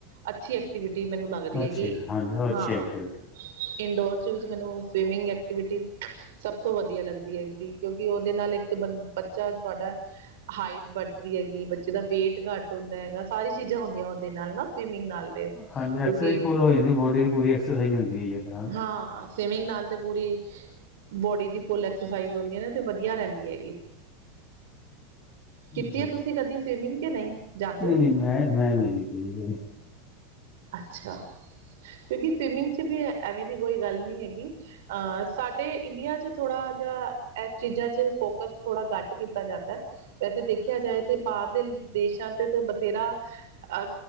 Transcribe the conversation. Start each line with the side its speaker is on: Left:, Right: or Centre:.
Right: ਅੱਛੀ ਐਕਟੀਵਿਟੀ ਮੈਨੂੰ ਲੱਗਦੀ
Left: ਅੱਛੀ
Right: ਹੈਗੀ,
Left: ਹੈ ਹਾਂਜੀ ਉਹ ਅੱਛੀ
Right: ਹਾਂ।
Left: ਐਕਟੀਵਿਟੀ
Right: ਇੰਡੋਰ ਚ ਵਿੱਚ ਮੈਨੂੰ ਸਵੀਮਿੰਗ ਐਕਟੀਵਿਟੀ ਸਭ ਤੋਂ ਵਧੀਆ ਲੱਗਦੀ ਹੈ। ਕਿਉਂਕਿ ਉਹਦੇ ਨਾਲ ਇੱਕ ਤਾਂ ਬ ਬੱਚਾ ਤੁਹਾਡਾ ਹਾਈਟ ਵੱਧਦੀ ਹੈਗੀ, ਬੱਚੇ ਦਾ ਵੇਟ ਘੱਟ ਹੁੰਦਾ ਹੈਗਾ ਸਾਰੀ ਚੀਜ਼ਾਂ ਹੁੰਦੀ ਆ ਉਹਦੇ ਨਾਲ ਨਾ ਸਵਿਮਿੰਗ ਨਾਲ ਤੇ ਕਿਉਂਕਿ,
Left: ਹਾਂਜੀ ਐਕਸਰਸਾਈਜ਼ ਫੁੱਲ ਹੋ ਜਾਂਦੀ ਬੋਡੀ ਦੀ ਪੂਰੀ ਐਕਸਰਸਾਈਜ਼ ਹੁੰਦੀ ਹੈ ਜੀ ਉਹਦੇ ਨਾਲ
Right: ਹਾਂ। ਸਵੀਮਿੰਗ ਨਾਲ ਤੇ ਪੂਰੀ, ਬੋਡੀ ਦੀ ਫੁਲ ਐਕਸਰਸਾਈਜ਼ ਹੁੰਦੀ ਹੈ ਨਾ ਤੇ ਵਧੀਆ ਰਹਿੰਦੀ ਹੈਗੀ।
Left: ਬਿਲਕੁਲ,
Right: ਕੀਤੀ ਹੈ ਤੁਸੀਂ ਕਦੀ ਸਵੀਮਿੰਗ ਕਿ ਨਹੀਂ? ਜਾਂਦੇ
Left: ਨਹੀਂ
Right: ਹੋ
Left: -ਨਹੀਂ ਮੈਂ ਮੈਂ ਨੀ ਕੀਤੀ ਜੀ ਕਦੀ।
Right: ਅੱਛਾ, ਕਿਉਂਕਿ ਸਵਿਮਿੰਗ ਚ ਵੀ ਐਵੇਂ ਦੀ ਕੋਈ ਗੱਲ ਨਹੀਂ ਹੈਗੀ। ਆ ਸਾਡੇ ਇੰਡੀਆ ਚ ਥੋੜਾ ਜਿਹਾ ਇਸ ਚੀਜ਼ਾਂ ਚ ਫੋਕਸ ਥੋੜ੍ਹਾ ਘੱਟ ਕੀਤਾ ਜਾਂਦਾ। ਵੈਸੇ ਦੇਖਿਆ ਜਾਏ ਤੇ ਬਾਹਰ ਦੇ ਦੇਸ਼ਾਂ ਤੇ ਬਥੇਰਾ ਅ